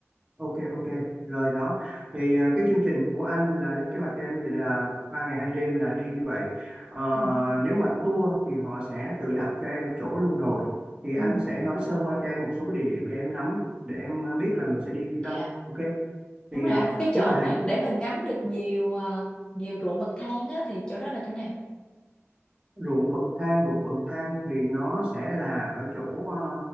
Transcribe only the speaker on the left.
ừ
ừ
dạ
Đúng rồi
anh, cái chỗ
mà để mình ngắm được nhiều ờ, nhiều ruộng bậc thang á thì chỗ đó là chỗ nào?